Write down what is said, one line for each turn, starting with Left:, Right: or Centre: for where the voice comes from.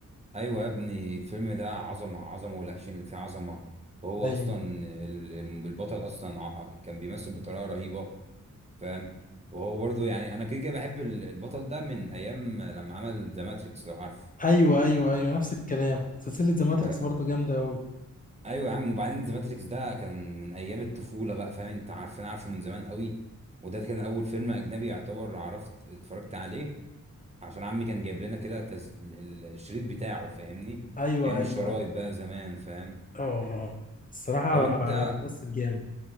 Right: ايوه يا ابني الفيلم ده عظمه عظمه والاكشن اللي فيه عظمه وهو
Left: ايوه
Right: اصلا ال- ال- البطل اصلا ع- كان بيمثل بطريقه رهيبه فاهم وهو برضو يعني انا كده كده بحب ال- البطل ده من ايام لما عمل ذا ماتريكس لو عارف
Left: ايوه ايوه ايوه نفس الكلام سلسله ذا ماتريكس
Right: ف...
Left: برضو جامده قوي
Right: ايوه يا عم وبعدين ذا ماتريكس ده كان من ايام الطفوله بقى فاهم انت عارفين عارفه من زمان قوي وده كان اول فيلم اجنبي يعتبر عرفت اتفرجت عليه عشان عمي كان جايب لنا كده تز... ال- ال- الشريط بتاعه فاهمني
Left: ايوه
Right: ايام
Left: ايوه
Right: الشرايط
Left: ايوه
Right: بقى زمان فاهم
Left: اه اه الصراحه
Right: طب انت
Left: ممثل جامد